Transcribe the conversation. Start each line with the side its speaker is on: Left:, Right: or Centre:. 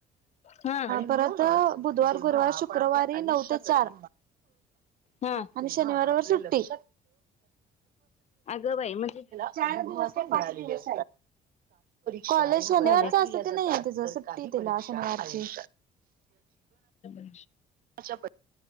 Left: ह हा
Right: परत बुधवार, गुरुवार, शुक्रवारी नऊ ते चार.
Left: हा
Right: आणि शनिवार, रविवार सुट्टी.
Left: अगं बाई म्हणजे
Right: चार दिवस ते पाच दिवस कॉलेज शनिवारचं
Left: कॉलेज
Right: असच नाही तिच सुट्टी तिला शनिवारची.
Left: जी
Right: अचछा प